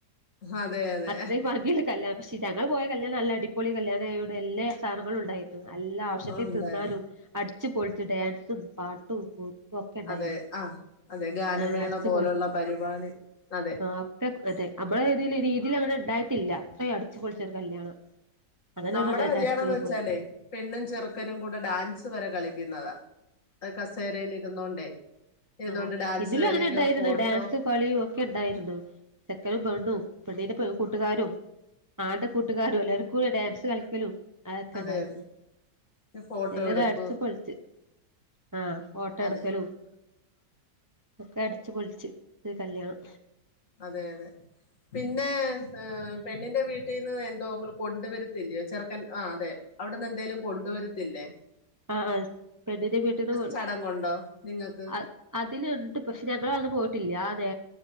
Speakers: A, on the left; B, on the right.
A: അതെ അതെ
B: അത്രയും ഭംഗിയുള്ള കല്യാ ചി ഞങൾ പോയ കല്യാണ നല്ല അടി പ്പൊളി കല്യാണയോണ്ട് എല്ലാ സാനങ്ങളുണ്ടായിരുന്നു അല്ലാ ആവശ്യത്തി
A: ഉണ്ടായിരുന്നു
B: തിന്നാനും അ ച്ച്, പൊളിച് ഡേൻസും, പാട്ടും, കൂത്തും ഒക്കെ ഉണ്ടായിരുന്നു
A: അതെ ആ അതെ ഗാനമേള
B: അങ്ങനെ അടിച്ചു
A: പോലുള്ള
B: പൊളിച്ച്
A: പരിപാടി അതെ.
B: ആ ഒക്കെ അതെ, അമ്മളെതീല് രീതിലങ്ങനെ ണ്ട് ണ്ടാട്ടില്ല. അത്രയും അടു അട്ച് പൊളിച്ചൊരു കല്യാണം അങ്ങനെ
A: നമ്മുടെ കല്യാണം
B: അടിച്ചു
A: എന്ന് വെച്ചാലെയ്
B: പോയി
A: പെണ്ണും, ചെറുക്കനും കൂടെ ഡാൻസ് വരെ കളി പിന്നത കസേരൽ ഇരുന്നോണ്ടേ ഇരുന്നോണ്ട്
B: ആം
A: ഡാൻസ്
B: ഇതിലും
A: കളിക്കുക
B: അങ്ങനെ ഉണ്ടായിരുന്നു
A: ഫോട്ടോ
B: ഡാൻസ് കളിയും ഒക്കെ ഉണ്ടായിരുന്നു ചെക്കനും, പെണ്ണും, പെണ്ണിന്റെ പെ കൂട്ടുകാരും ആണിന്റെ കൂട്ടുകാരും എല്ലാരും സ്കൂൾ ഡാൻസ് കളിക്കലും അഅക്കെ
A: അതെ
B: ഇണ്ടായിരുന്നു
A: അതെ ഫോട്ടോ
B: എല്ലാരും
A: എടുപ്പ്
B: അടിച്ച് പൊള്ച്ച് ആഹ് ഫോട്ടോ എടുക്കലും
A: അതെ
B: - ഒക്കെ അട്ച്ച് പൊളിച്ച് ഇത്ഒരു കല്യാണം
A: അതെ, അതെ പിന്നെ ഏ് പെണ്ണിന്റെ വീട്ടീന്ന് എന്തോങ്ക്ളും കൊണ്ട് വരത്തില്ലേ ചെറുക്കൻ ആഹ് അതെ അവിടന്ന് എന്തേലും കൊണ്ട് വരത്തില്ലേ.
B: ആ ആ പെണ്ണിന്റെ വീട്ടിന്ന് പോയി
A: ചടങ്ങുണ്ടോ നിങ്ങൾക്ക്?
B: അ അതിലുണ്ട് പക്ഷെ ഞങ്ങളന്ന് പോയിട്ടില്ല ആ നേ